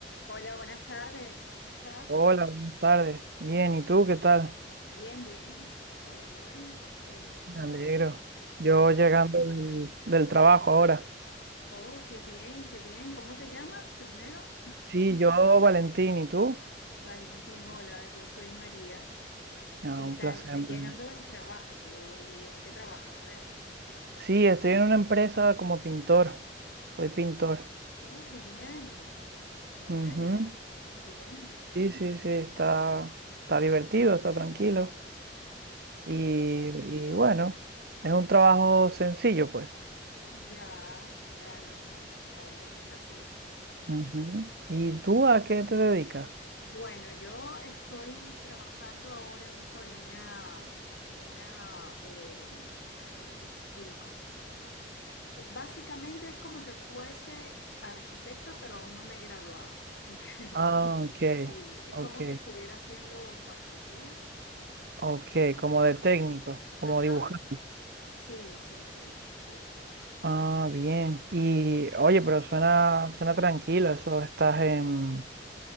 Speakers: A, on the left; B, on the right.
A: Hola, buenas tardes. ¿Cómo estás?
B: Hola, buenas tardes. Bien, ¿y tú qué tal?
A: Bien, bien, todo bien. Eh,
B: Me
A: ¿qué más?
B: alegro. Yo
A: ¿cómo?
B: llegando del, del trabajo ahora.
A: Oh, qué bien, qué bien. ¿Cómo te llamas primero?
B: Sí, yo, Valentín, ¿y tú?
A: Valentín, hola, yo soy María.
B: Ah,
A: ¿Qué
B: un
A: tal?
B: placer.
A: Eh,
B: en verdad.
A: Llegando del trabajo, ¿y en qué trabajas? A ver.
B: Sí, estoy en una empresa como pintor. Soy pintor.
A: Oh, genial, genial.
B: Ujú.
A: Muy bien.
B: Sí, sí, sí, está, está divertido, está tranquilo. Y,
A: Te-
B: y bueno, es un trabajo sencillo, pues.
A: Ya, claro, me supongo que es así.
B: Ujú. ¿Y tú a qué te dedicas?
A: Bueno, yo estoy trabajando ahora mismo en una, en una, eh, ¿cómo te explico? Básicamente es como que fuese arquitecta, pero aún no me he graduado, en <laughs> realidad.
B: Ah, ok,
A: Sí, es
B: ok,
A: como que estuviera haciendo pasantías.
B: ok, como de técnico, como
A: Ajá,
B: dibujar.
A: sí, sí, sí, sí.
B: Ah, bien. Y oye, pero suena, suena tranquilo eso. ¿Estás en,